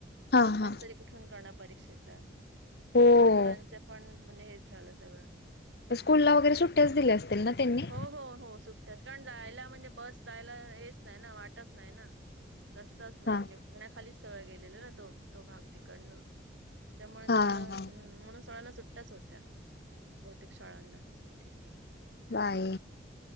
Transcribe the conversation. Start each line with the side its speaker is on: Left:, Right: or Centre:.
Left: हा
Right: त अभ्यास
Left: हा
Right: तरी कु ठून करणार परीक्षेचा
Left: हो.
Right: सगळं मुलांच पण म्हणजे हेच झालं सगळं
Left: स्कूलला वगैरे सुट्ट्याच दिल्या असतील ना त्यांनी
Right: हो हो सुट्ट्याचं कारण जायला म्हणजे बस जायला हेच नाही ना वाटच नाही ना रस्ताच नाही
Left: हा.
Right: म्हणजे पाण्याखालीच सगळं गेलेलं ना तो तो भाग तिकडनं त्याच्यामुळे
Left: हा
Right: जाणं
Left: हा.
Right: म्हणून सगळ्यांना सुट्टाच होत्या बहुतेक शाळांना इथे.
Left: बाई